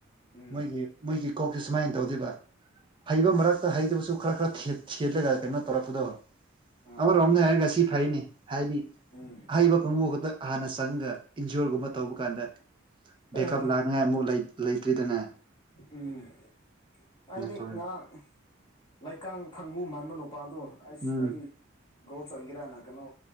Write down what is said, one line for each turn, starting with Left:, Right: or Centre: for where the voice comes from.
Left: ꯎꯝ
Right: ꯃꯣꯏꯒꯤ ꯃꯣꯏꯒꯤ ꯀꯣꯛꯁꯤꯦ ꯁꯨꯃꯥꯏꯅ ꯇꯧꯗꯣꯏꯕ ꯍꯩꯕ ꯃꯔꯛꯇ ꯍꯩꯗꯕꯁꯨ ꯈꯔ ꯈꯔ ꯊꯦꯠꯂꯒ ꯀꯩꯅꯣ ꯇꯧꯔꯛꯄꯗ
Left: ꯑꯥ
Right: ꯑꯃꯔꯣꯝꯗ
Left: ꯑꯥ
Right: ꯍꯥꯏꯔꯒ ꯁꯤ ꯐꯩꯅꯤ ꯍꯥꯏꯗꯤ
Left: ꯎꯝ
Right: ꯑꯍꯩꯕ ꯀꯥꯡꯕꯨ ꯈꯛꯇ ꯍꯥꯟꯅ ꯆꯪꯉꯒ ꯏꯟꯖꯣꯔꯒꯨꯝꯕ ꯇꯧꯕ ꯀꯥꯟꯗ ꯕꯦꯦꯛꯀꯞ
Left: ꯑꯥ
Right: ꯂꯥꯛ ꯉꯥꯏ ꯑꯃꯨꯛ ꯂꯩꯇ꯭ꯔꯤꯗꯅꯦ
Left: ꯎꯝ ꯍꯥꯏꯗꯤ
Right: ꯇꯧꯔꯦ
Left: ꯏ ꯉꯔ ꯂꯩꯀ ꯊꯪꯒꯨ ꯃꯥꯟꯕ ꯅꯨꯄꯥꯗꯨꯣ ꯑꯩꯁ
Right: ꯎꯝ
Left: ꯑꯩꯗꯤ ꯒꯧ ꯆꯪꯒꯦꯔꯥꯅ ꯀꯩꯅꯣ